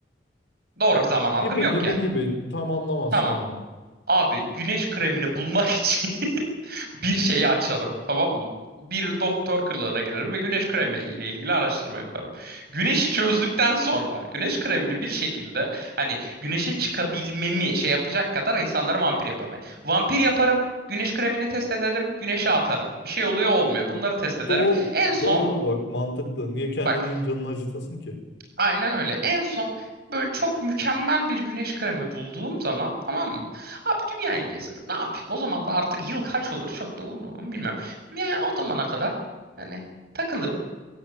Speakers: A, on the right (about 60°); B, on the left (about 75°).
A: Doğru bir zaman algım
B: Gibi
A: yok
B: gibi
A: yani.
B: gibi tam anlamazsın
A: Tamam.
B: aynen.
A: Abi güneş kremini bulmak için <laughs> bir şeyi açalım. Tamam mı? Bir doktor kılığına girerim ve güneş kremi ile ilgili araştırma yaparım. Güneşi çözdükten sonra güneş kremini bir şekilde hani güneşe çıkabilmemi şey yapacak kadar insanları vampir yaparım. Yani vampir yaparım, güneş kremini test ederim, güneşe atarım. Bir şey oluyor olmuyor. Bunları test ederim.
B: Doğ
A: En son
B: doğru bak mantıklı. Niye kendinin
A: bak
B: canını acıtasın ki?
A: Aynen öyle. En son böyle çok mükemmel bir güneş kremi bulduğum zaman tamam mı? Abi dünyayı gezerim. Ne yapayım? O zaman da artık yıl kaç olur çok da umurum bilmiyorum. Yani o zamana kadar hani takılırım.